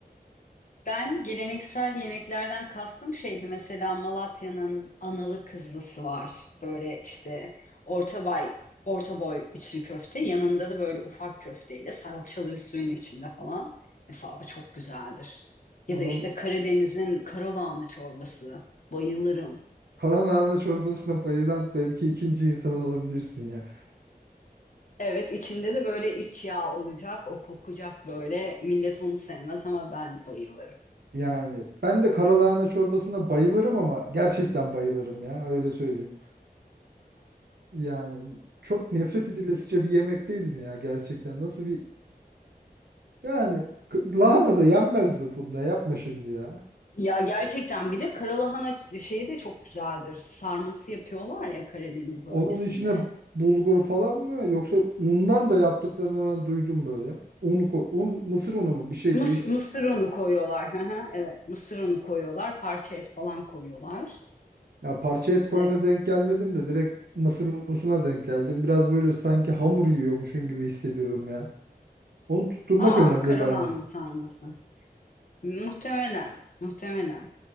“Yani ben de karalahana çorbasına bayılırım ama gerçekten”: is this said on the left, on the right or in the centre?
Right